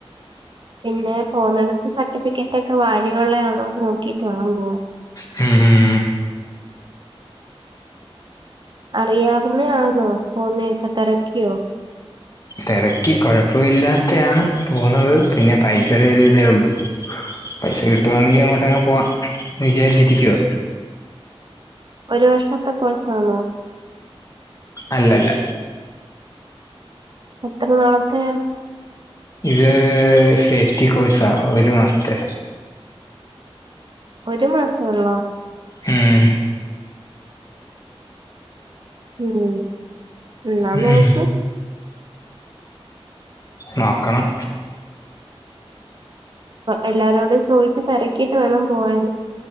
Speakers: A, on the right; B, on the left.
A: പിന്നെ പോന്നിടത്ത് സർട്ടിഫിക്കറ്റ് ഒക്കെ വാല്യൂയുള്ളതാണോന്ന് നോക്കിട്ട് വേണം പോവാൻ
B: ശരി
A: അറിയാവുന്നേ ആന്നോ പോന്നേക്കെ തെരക്കിയോ
B: തെരക്കി കുഴപ്പമില്ലാത്തെയാണ് പോകുന്നത് പിന്നെ പൈസയുടെ ഒരു ഇതേ ഉള്ളൂ പൈസ കിട്ടുവാണെങ്കിഅങ്ങോട്ട് അങ്ങ് പോവാന്ന് വിചാരിച്ചിരിക്കുവ
A: ഒരു വർഷത്തെ കോഴ്സാണോ
B: അല്ലല്ല
A: എത്ര നാളത്തെയാ
B: ഇത് സേഫ്റ്റി കോഴ്സാ ഒരു മാസത്തെ
A: ഒരു മാസ ഒള്ളോ
B: ഉം
A: ഉം ന്നാ
B: ഉം
A: നോക്ക്
B: നോക്കണം
A: എല്ലാരോടും ചോദിച്ച് തെരക്കിയിട്ട് വേണം പോവാൻ